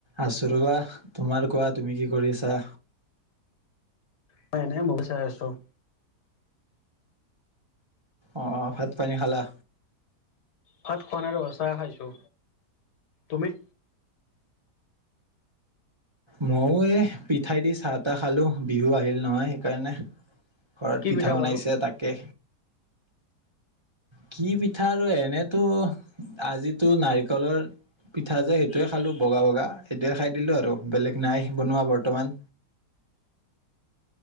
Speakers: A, on the right; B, on the left.
A: আছোঁ ৰবা। তোমাৰ কোৱা তুমি কি কৰিছা?
B: মই এনে মুভি চাই আছোঁ।
A: অ'! ভাত পানী খালা?
B: ভাত খোৱা নাই আৰু চাহ খাইছোঁ। তুমি?
A: মইয়ো এ, পিঠাই দি চাহ তাহ খালোঁ। বিহু আহিল নহয় সেইকাৰণে। ঘৰত
B: কি
A: পিঠা বনাইছে
B: বাৰু
A: তাকে। কি পিঠা আৰু এনেতো আজিতো নাৰিকলৰ পিঠা যে, সেইটোয়ে খালোঁ। বগা, বগা সেইটোয়ে খায় দিলো আৰু। বেলেগ নাই বনোৱা বৰ্তমান।